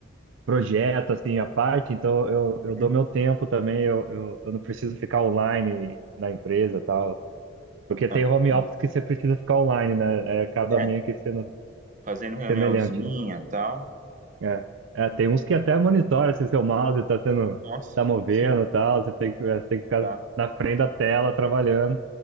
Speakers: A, on the right; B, on the right.
A: projeto, assim, à parte, então eu, eu dou
B: Uhum.
A: meu tempo também, eu, eu, eu não preciso ficar online na empresa e tal. Porque
B: Ah,
A: tem home
B: então.
A: office que você precisa ficar online, né? Aí acaba
B: é.
A: meio que sendo
B: fazendo reuniãozinha,
A: semelhante, né?
B: tal.
A: É, É, tem uns que até monitora se seu mouse tá sendo,
B: Nossa,
A: tá movendo
B: sim,
A: e tal, você tem que, é, você tem que ficar
B: tá.
A: na frente da tela trabalhando,